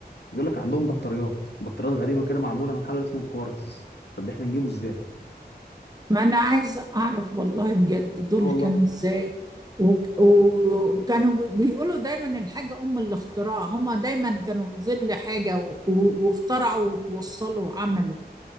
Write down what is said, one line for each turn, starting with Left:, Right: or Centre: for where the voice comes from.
Left: بيقول لك عندهم بطاريات بطاريات غريبه كده معموله من حاجه اسمه الكوارتز طب ده احنا نجيبه ازاي
Right: ما انا عايزة اعرف والله بجد دول
Left: اه والله
Right: كانوا ازاي و- و- وكانوا بي- بيقولوا دايما الحاجة ام الاختراع هما دايما كانوا في ظل حاجة و- و- واخترعوا وتوصلوا وعملوا